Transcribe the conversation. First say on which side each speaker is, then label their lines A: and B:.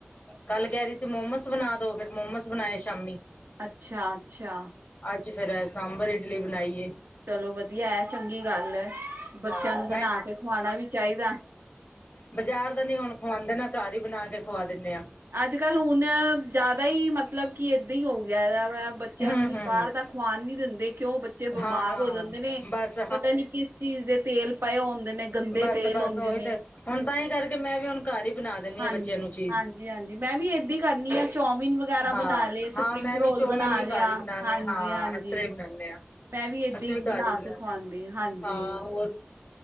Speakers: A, on the left; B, on the right.
A: ਕੱਲ, ਕਹਿ ਰਹੀ ਸੀ ਮੋਮਸ, ਬਣਾ ਦੋ ਫੇਰ ਮੋਮਸ ਬਣਾਂਏ, ਸ਼ਾਮੀ।
B: ਅੱਛਾ--ਅੱਛਾ।
A: ਜੀ, ਫੇਰ ਸਾਂਬਰ, ਇਡਲੀ, ਬਣਾਈ ਏ।
B: ਚਲੋ ਵਧੀਆ ਹੈ, ਚੰਗੀ ਗੱਲ ਹੈ, ਬੱਚਿਆਂ
A: ਹਾਂ
B: ਨੂੰ ਬਣਾ ਕੇ ਖਵਾਣਾ, ਵੀ ਚਾਹੀਦਾ।
A: ਬਜ਼ਾਰ, ਦਾ ਨਹੀਂ ਹੁਣ ਖਵਾਉਂਦੇ, ਨਾ ਘਰ ਹੀ ਬਣਾ ਕੇ। ਖਵਾ ਦਿੰਦੇ ਆ
B: ਅੱਜ--ਕੱਲ ਹੁਣ ਜਿਆਦਾ ਹੀ ਮਤਲਬ ਕੀ ਏਦਾਂ, ਹੀ ਹੋ ਗਿਆ ਵ ਬੱਚਿਆਂ,
A: ਹੂੰ
B: ਨੂੰ ਵੀ
A: ਹੂੰ
B: ਬਾਹਰ, ਦਾ ਖਵਾਣ ਨੀ ਦਿੰਦੀ। ਕਿਉਂ, ਬੱਚੇ ਬਿਮਾਰ
A: ਹਾਂ ਹਾਂ
B: ਹੋ ਜਾਂਦੇ ਨੇ,
A: ਬਸ
B: ਪਤਾ ਨੀ ਕਿਸ ਚੀਜ਼ ਦੇ ਤੇਲ ਪਏ ਹੁੰਦੇ ਨੇ ਗੰਦੇ
A: ਬਸ--ਬਸ
B: ਤੇਲ ਹੁੰਦੇ
A: ਓਹੀ
B: ਨੇ
A: ਤੇ ਹੁਣ ਤਾਂ ਹੀ ਕਰਕੇ ਮੈਂ ਵੀ ਹੁਣ ਘਰ ਹੀ ਬਣਾ ਦਿੰਦੀ
B: ਹਾਂਜੀ,
A: ਹਾਂ ਬੱਚਿਆਂ ਨੂੰ ਚੀਜ਼
B: ਹਾਂਜੀ ਹਾਂਜੀ ਮੈਂ ਵੀ ਏਦਾ ਕਰਨੀ ਆ ਚੋਮਿਨ, ਵਗੈਰਾ
A: ਹਾਂ
B: ਬਣਾ ਲਏ ਸਪਰਿੰਗ
A: ਹਾਂ ਮੈਂ ਵੀ
B: ਰੋਲ,
A: ਚੌਮਿਨ
B: ਬਣਾ
A: ਵੀ
B: ਲਿਆ।
A: ਘਰ ਹੀ ਬਣਾਉਣੀ
B: ਹਾਂਜੀ
A: ਹਾਂ
B: ਹਾਂਜੀ।
A: ਇਸ ਤਰ੍ਹਾਂ ਹੀ ਬਣਾਉਂਦੇ ਹਾਂ
B: ਮੈਂ, ਵੀ ਏਦਾਂ
A: ਅਸੀਂ
B: ਬਣਾ
A: ਘਰ ਹੀ ਬਣਾਉਂਦੇ
B: ਕੇ ਖਵਾਦੀ, ਹਾਂਜੀ।
A: ਹਾਂ ਹਾਂ ਹੋਰ